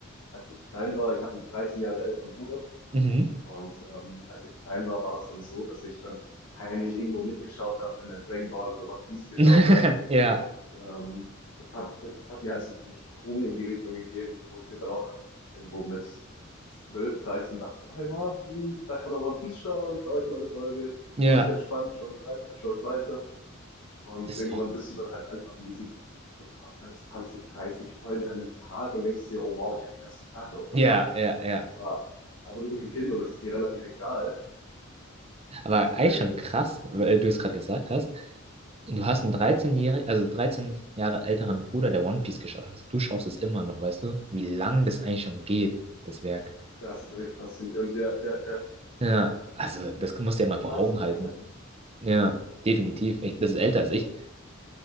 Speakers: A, on the left (about 85°); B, on the right (about 30°).
A: als ich klein war, ich habe einen 13 Jahre älteren Bruder.
B: Mhm.
A: Und ähm, als ich klein war, war es dann so, dass ich dann heimlich irgendwo mitgeschaut habe, wenn er Dragon Ball oder One Piece geschaut
B: <laughs>
A: hat.
B: Ja,
A: Und ähm, das hat, das hat mir halt so diesen Sprung in die Richtung gegeben, wo ich mir dann auch irgendwo mit 12, 13 dachte, oh ja, hm, da kann man One Piece schauen, schaue ich mal eine Folge.
B: ja,
A: Oh, ist ganz spannend, schaue ich weiter, schaue ich weiter. Und
B: das
A: irgendwann
B: ist auch,
A: bist du dann halt einfach in diesen, du schaust dann 20, 30 Folgen an einem Tag und denkst dir, oh wow, ich habe den ganzen Tag darauf verbracht.
B: ja, ja, ja.
A: Aber, aber du bist ein Kind und es ist dir relativ egal.
B: Aber
A: Deswegen,
B: eigentlich schon krass, weil du es gerade gesagt hast. Du hast einen dreizehn jährigen also 13 Jahre älteren Bruder, der One Piece geschaut hat. Also Du schaust es immer noch, weißt du, wie lang das eigentlich schon geht, das Werk.
A: das ist echt faszinierend. Ja, ja, ja.
B: Ja, also das musst du ja
A: Die
B: mal vor
A: meisten
B: Augen
A: unterschätzen
B: halten.
A: das.
B: Ja, definitiv. Ich, das ist älter als ich.